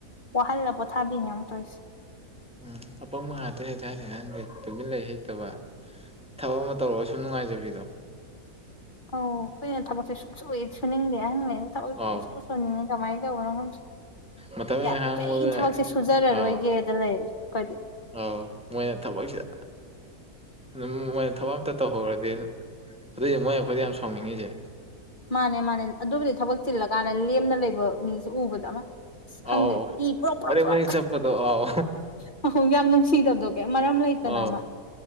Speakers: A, on the left; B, in the centre.
A: ꯋꯥꯍꯜꯂ ꯄꯣꯊꯥꯕꯤꯅꯦ ꯑꯃꯨꯛ ꯇꯧꯔꯤꯁꯦ
B: ꯎꯝ ꯑꯄꯝꯕ ꯉꯥꯛꯇ ꯍꯥꯏꯇꯥꯔꯦ ꯅꯍꯥꯟꯒꯤꯦ ꯇꯨꯖꯤꯟꯂ ꯍꯩꯇꯕ ꯊꯛ ꯑꯃ ꯇꯧꯔꯒ ꯁꯨꯝ ꯅꯨꯡꯉꯥꯏꯖꯕꯤꯗꯣ
A: ꯑꯧ ꯑꯩꯨꯏꯅ ꯊꯕꯛꯁꯦ ꯁꯨꯡꯁꯨ ꯁꯨꯅꯤꯡꯗꯦ ꯍꯪꯉꯅ ꯊꯕꯛ
B: ꯑꯧ
A: ꯁꯣꯟꯅꯤꯡꯉꯦ ꯀꯃꯥꯏꯅ ꯇꯧꯕꯅꯣ ꯍꯪ
B: ꯃꯇꯝ
A: ꯌꯥꯔꯤ
B: ꯍꯦꯛ ꯍꯥꯡꯕꯒ
A: ꯀꯩ ꯊꯕꯛꯁꯦ ꯁꯨꯖꯔꯔꯣꯏꯒꯦ
B: ꯑꯧ
A: ꯀꯣꯏ
B: ꯑꯧ ꯃꯣꯏꯅ ꯊꯕꯛꯁꯤꯗ ꯑꯗꯨꯝ ꯃꯣꯏꯅ ꯊꯕꯛ ꯑꯝꯇ ꯇꯧꯍꯧ꯭ꯔꯗꯤ ꯑꯗꯨꯑꯣꯏꯗꯤ ꯃꯣꯏ ꯑꯩꯈꯣꯏꯗ ꯌꯥꯝ ꯁꯥꯎꯅꯤꯡꯉꯤꯁꯦ
A: ꯃꯥꯅꯦ ꯃꯥꯅꯦ ꯑꯗꯨꯕꯨꯗꯤ ꯊꯕꯛ ꯆꯤꯜꯂꯀꯥꯟꯗ ꯂꯦꯝꯅ ꯂꯩꯕ ꯃꯤꯁꯦ ꯎꯕꯗ ꯑꯃ ꯈꯪꯗꯦ
B: ꯑꯧ
A: ꯏ ꯄ꯭ꯔꯣꯛ
B: ꯃꯔꯦꯡ
A: ꯄ꯭ꯔꯣꯛ
B: ꯃꯔꯦꯡ ꯆꯠꯄꯗꯣ ꯑꯧ
A: ꯄ꯭ꯔꯣꯛ ꯌꯥꯝ ꯅꯨꯡꯁꯤꯗꯕꯗꯣ ꯃꯔꯝ ꯂꯩꯇꯅ
B: ꯑꯧ
A: ꯑꯃ